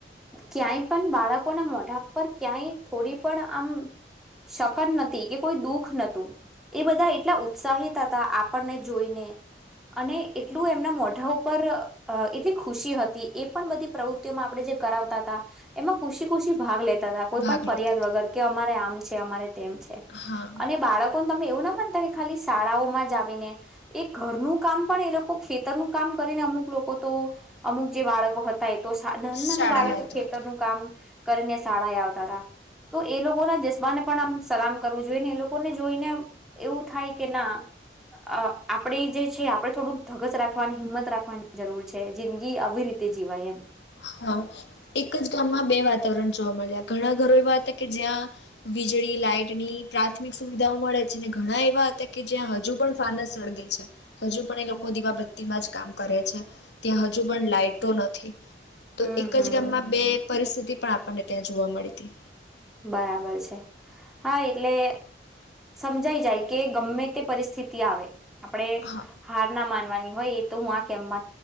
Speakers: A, in the centre; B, on the left (about 80°).
A: ક્યાંય પણ બાળકોના મોઢા પર ક્યાંય થોડી પણ આમ શકન નતી કે કોઈ દુઃખ નતું એ બધા એટલા ઉત્સાહિત હતા આપણને જોઈને અને એટલું એમના મોઢા ઉપર અ એટલી ખુશી હતી એ પણ બધી પ્રવૃત્તિઓમાં આપણે જે કરાવતા હતા એમાં ખુશી ખુશી ભાગ લે લેતા હતા કોઈ
B: ભાગ
A: પણ ફરિયાદ
B: લેતા હતા
A: વગર કે અમારે આમ છે અમારે તેમ છે
B: હા
A: અને બાળકોને તમે એવું ના માનતા ખાલી શાળાઓમાં જ આવીને એ ઘરનું કામ પણ એ લોકો ખેતરનું કામ કરીને અમુક લોકો તો અમુક જે બાળકો હતા તો નાના નાના
B: શાળાએ
A: બાળકો
B: આવતા
A: ખેતરનું
B: હતા
A: કામ કરીને શાળાએ આવતા હતા તો એ લોકોના જઝ્બાને પણ આમ સલામ કરવું જોઈએ ને એ લોકોને જોઈને એવું થાય કે ના અ આપણેે જે છે આપણે થોડુંક ધગસ રાખવાની હિંમત રાખવા જરૂર છે જિંદગી આવી રીતે જીવાય એમ
B: હા એક જ ગામમાં બે વાતાવરણ જોવા મળ્યા ઘણા ઘરો એવા હતા કે જ્યાં વીજળી લાઈટની પ્રાથમિક સુવિધાઓ મળે છે ને ઘણા એવા હતા કે જ્યાં હજુ પણ ફાનસ સળગે છે હજુ પણ એ લોકો દીવા બત્તીમાં જ કામ કરે છે ત્યાં હજુ પણ લાાઈટો નથી તો
A: હમ
B: એક
A: હમ
B: જ ગામમાં બે પરિસ્થિતિ પણ આપણને ત્યાં જોવા મળી હતી
A: બરાબર છે હા એટલે સમજાઈ જાય કે ગમે તે પરિસ્થિતિ આવે આપણેે
B: હા
A: હાર ના માનવાની હોય એ તો હું આ કેમા